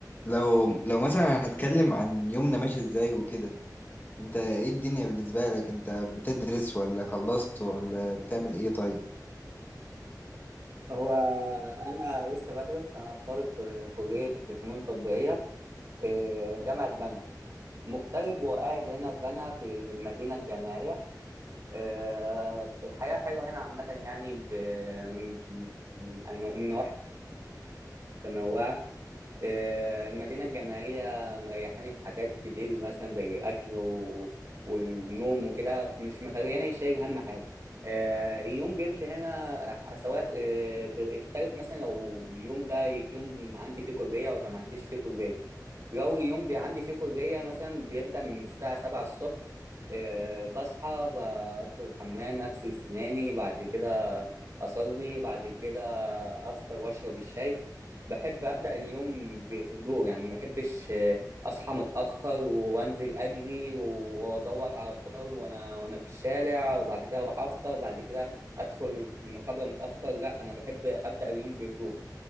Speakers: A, on the left (about 30°); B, on the right (about 45°).
A: لو لو مثلا هنتكلم عن يومنا ماشي ازاي وكده انت ايه الدنيا بالنسبة لك انت بتدرس ولا خلصت ولا بتعمل ايه طيب
B: هو أنا لسه بدرس أنا طالب في كلية فنون تطبيقية في جامعة بنها مغترب وقاعد هنا في بنها في المدينة الجامعية آه، الحياة حلوة هنا عامة يعني ب- من من نواحي متنوعة آه، المدينة الجامعية مريحاني في حاجات كتير مثلا زي أكل و... والنوم وكده مش مخليني شايل هم حاجة آه، اليوم بيمشي هنا آه، سواء آه، بيختلف مثلا لو اليوم ده يوم عندي فيه كلية ولا ما عنديش فيه كلية لو اليوم بي عندي فيه كلية مثلا بيبدأ من الساعة 7 الصبح آه، بصحى بدخل الحمام أغسل سناني بعد كده أصلي بعد كده أفطر وأشرب الشاي بحب أبدأ اليوم بهدوء يعني ما بحبش آه، أصحى متأخر وأنزل أجري و- وأدور على فطار وأنا وأنا في الشارع وبعد كده أروح أفطر بعد كده أدخل المحاضرة متأخر لا أنا بحب أبدأ اليوم بهدوء